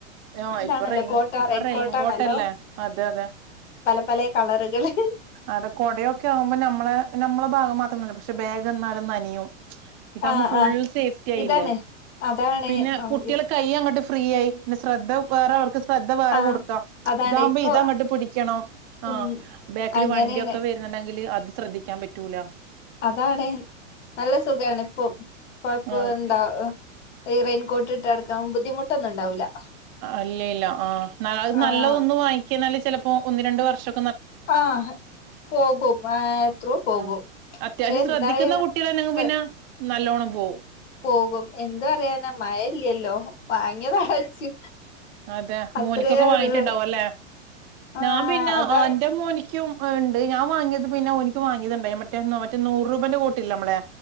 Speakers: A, on the right (about 35°); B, on the left (about 70°).
A: ഏഹ് ഓഹ്
B: എന്താണല്ലോ
A: ഇപ്പൊ റെയ്ൻ
B: കോട്ടാ
A: ഇപ്പൊ
B: റെയിൻ
A: റെയ്ൻകോട്ടല്ലേ
B: കോട്ടാണല്ലോ
A: അതെ അതെ
B: പലേ കളറ്കള്
A: അത കൊടയൊക്കെ ആവുമ്പ നമ്മളെ നമ്മളെ ഭാഗം മാ ത്രം ന <unintelligible> പക്ഷെ ബേ ഗെന്നാലും നനിയും ഇതവുമ്പം
B: ആഹ്
A: ഫുൾ
B: ആഹ്
A: സേഫ്റ്റി ആയില്ലേ
B: ഇതാണ് അതാണ്
A: പിന്നെ
B: ആഹ്
A: കുട്ട്യേൾ
B: ഇ
A: കയ്യങ്ങട്ട് ഫ്രീയായി ന്നെ ശ്രദ്ധ വേറെ അവർക്ക് ശ്രദ്ധ വേറെ
B: ആഹ്
A: കൊട്ക്കാം
B: അതാണ്
A: ഇതാവുമ്പം
B: ഇപ്പൊ
A: ഇതങ്ങട്ട് പിടിക്കണം
B: ഉം
A: ആഹ് ബേ തി‌ല്
B: അങ്ങനെയാണ്
A: വണ്ട്യൊക്കെ വര്ന്ന്ണ്ട് ങ്ങില് അത് ശ്രദ്ധിക്കാം പറ്റൂലാ
B: അതാണ് നല്ല സുഖാണ് പ്പൊ കൊഴപ്പാെ
A: ആഹ്
B: ണ്ടാ റെയിൻകോട്ട് ഇട്ട് നടക്കാം ബുദ്ധിമുട്ടൊന്ന്ണ്ടാവൂലാ
A: ആഹ് ല്ലേല്ല ആഹ് ന അത്
B: ആഹ്
A: നല്ലതൊന്ന് വാങ്ങിക്ക്ണല്ലെ ചെലപ്പോ ഒന്ന് രണ്ട് വർഷാെ
B: ആഹ് പോകും ആഹ് എത്രോ പോകും
A: ആഹ്
B: പക്ഷെ
A: അത്യാവശ്യം
B: എന്തായാ
A: ശ്രദ്ധിക്കുന്ന കുട്ടികളാണെങ്കി
B: ശ്ര
A: പിന്നെ നല്ലോണം പോവും
B: പോകും എന്ത് പറയാന മഴയില്ലല്ലോ വാങ്ങിയതടച്ചു
A: അതെ
B: അത്രയേ
A: മോനിക്കൊക്കെ വാങ്ങിട്ടുണ്ടാവും
B: ഉള്ളു
A: അല്ലേ
B: ആഹ്
A: ഞാ പിന്നെ
B: അതാ
A: അന്റെ മോനിക്കും ഇണ്ട് ഞാവാങ്ങിയത് പിന്നെ ഒനിക്ക് വാങ്ങിയതുണ്ടായി മറ്റേ മറ്റേ നൂറ് രൂപേന്റെ കോട്ടില്ലേ നമ്മളെ